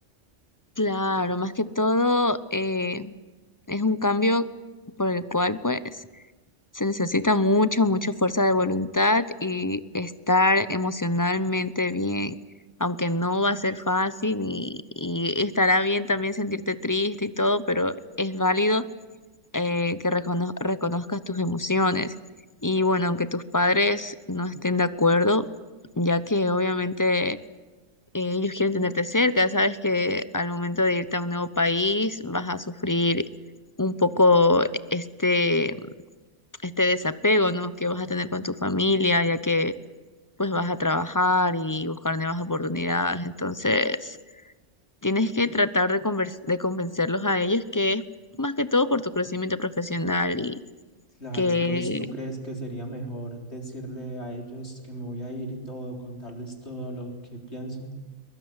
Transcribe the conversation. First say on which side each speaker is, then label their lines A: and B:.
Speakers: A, on the left; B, on the left.
A: Claro, más que todo eh, es un cambio por el cual pues se necesita mucha, mucha fuerza de voluntad y estar emocionalmente bien, aunque no va a ser fácil y, y estará bien también sentirte triste y todo, pero es válido eh, que recono- reconozcas tus emociones. Y bueno, aunque tus padres no estén de acuerdo, ya que obviamente eh, ellos quieren tenerte cerca, sabes que al momento de irte a un nuevo país vas a sufrir un poco este, este desapego, ¿no? que vas a tener con tu familia, ya que pues vas a trabajar y buscar nuevas oportunidades. Entonces, tienes que tratar de convers- de convencerlos a ellos que es más que todo por tu crecimiento profesional y
B: Claro,
A: que,
B: entonces tú crees que sería mejor decirle a ellos que me voy a ir y todo, contarles todo lo que pienso.